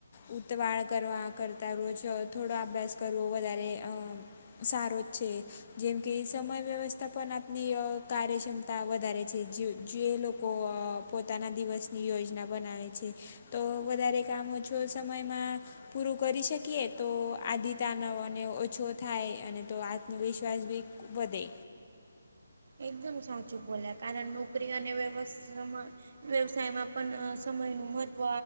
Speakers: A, on the left; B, on the right.
A: ઉતવાળ કરવા કરતા રોજ થોડો અભ્યાસ કરવો વધારે અ સારો જ છે જેમ કે સમય વ્યવસ્થા પણ આપની કાર્યક્ષમ તા વધારે છે જે લોકો પોતાના દિવસની યોજ ના બનાવે છે તો વધારે કામો છ સમયમાં પૂરું કરી શકીએ તો આદીતાનો અને ઓછો થાય અને તો આત્મવિશ્વાસ બી વધે
B: એકદમ સાચું બોલે કારણ નોકરી અને વ્યવસ્થામાં વ્યવસાયમાં પણ સમય નુ મહત્વ